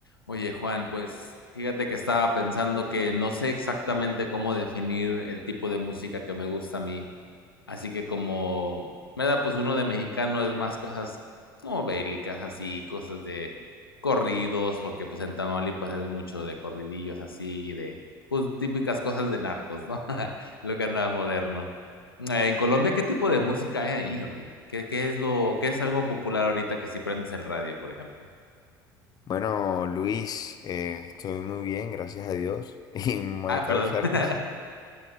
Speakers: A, on the left; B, on the left.
A: Oye, Juan, pues fíjate que estaba pensando que no sé exactamente cómo definir el tipo de música que me gusta a mí. Así que como me da pues uno de mexicano es más cosas como bélicas así, cosas de corridos, porque pues en Tamaulipas es mucho de corridillos así, de pues típicas cosas de narcos, ¿no? <laughs> Lo que anda moderno. Eh, En Colombia, ¿qué tipo de música hay ahí, oye? ¿Qué, qué es lo, qué es algo popular ahorita que si prendes el radio, por ejemplo?
B: Bueno, Luis, eh, estoy muy bien, gracias a Dios. <laughs> Y me
A: Ah,
B: causa
A: perdón. <laughs>
B: risa,